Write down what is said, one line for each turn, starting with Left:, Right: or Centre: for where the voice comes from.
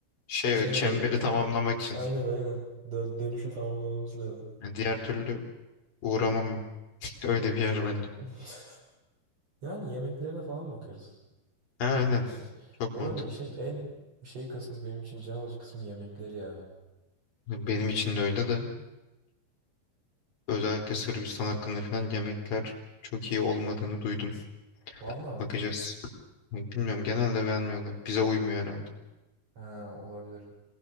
Left: şey
Right: Başka
Left: çemberi
Right: nereye gideceksin?
Left: tamamlamak için.
Right: Aynen aynen. Dön- dönüşü tamamlamamız lazım.
Left: Yani diğer türlü uğramam işte öyle bir yer bence.
Right: <laughs> Yani yemeklerine falan bakarız.
Left: Ha,
Right: En
Left: aynen
Right: kötüsü.
Left: çok
Right: Bu
Left: mantıklı.
Right: arada işin en şey kısmı benim için can alıcı kısmı yemekleri ya.
Left: Benim için de öyle de özellikle Sırbistan hakkında falan yemekler çok iyi olmadığını duydum.
Right: Vallahi
Left: Bakacağız.
Right: mi?
Left: Bilmiyorum genelde beğenmiyorlar. Bize uymuyor herhalde.
Right: Ha, olabilir.